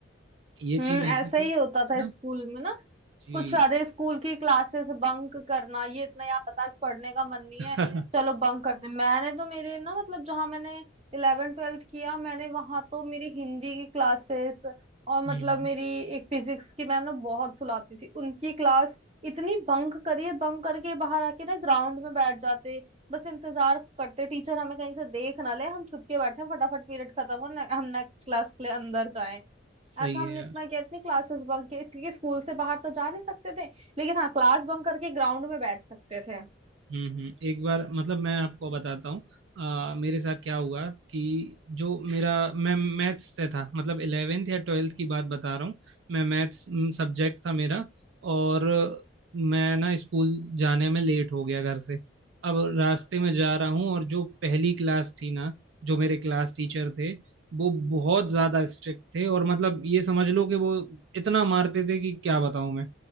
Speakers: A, on the right; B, on the right.
A: ये
B: हम्म
A: चीज़ ऐसी
B: ऐसा
A: थी
B: ही होता था
A: ना
B: स्कूल में ना
A: जी
B: कुछ आधे स्कूल की क्लासेस बंक करना ये इतना याद आता आज पढ़ने का मन नहीं
A: <laughs>
B: है चलो बंक करते हैं। मैंने तो मेरे ना मतलब जहां मैंने इलेवन ट्वेल्थ किया मैंने वहां तो मेरी हिंदी की क्लासेस और मतलब
A: हम्म
B: मेरी एक फिजिक्स की मैम ना बहुत सुलाती थी उनकी क्लास इतनी बंक करिए बंक करके बाहर आके ना ग्राउंड में बैठ जाते बस इंतजार करते टीचर हमें कहीं से देख ना ले हम छुप के बैठे हैं, फटाफट पीरियड खत्म हो ने, हम नेक्स्ट क्लास के लिए अंदर
A: सही
B: ऐसा हमने
A: है यार।
B: इतना किया इतनी क्लासेस बंक की क्योंकि स्कूल से बाहर तो जा नहीं सकते थे लेकिन हाँ क्लास बंक करके ग्राउंड में बैठ सकते थे
A: हम्म हम्म, एक बार मतलब मैं आपको बताता हूँ अ, मेरे साथ क्या हुआ कि जो मेरा मैं मैथ्स से था मतलब इलेवेंथ या ट्वेल्थ की बात बता रहा हूँ मैं मैथ्स सब्जेक्ट था मेरा और मैं ना स्कूल जाने में लेट हो गया घर से अब रास्ते में जा रहा हूँ और जो पहली क्लास थी ना जो मेरे क्लास टीचर थे वो बहुत ज़्यादा स्ट्रिक्ट थे और मतलब ये समझ लो कि वो इतना मारते थे कि क्या बताऊँ मैं